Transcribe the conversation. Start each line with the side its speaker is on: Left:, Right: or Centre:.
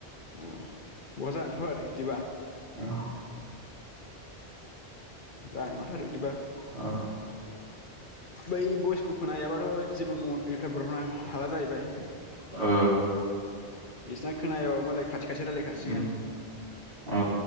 Left: ओम मोजांथ आरो इदिबा
Right: ओ
Left: जानाय नङाथ' आरो इदिबा।
Right: ओ
Left: बै बइसखौ खोनायाबाथ' जेबो बुंहर <unintelligible> हाला जाहैबाय
Right: ओ
Left: इसना खोनाया मालाय। खाथि खाथि रायजलायखासिगोन।
Right: उम ओ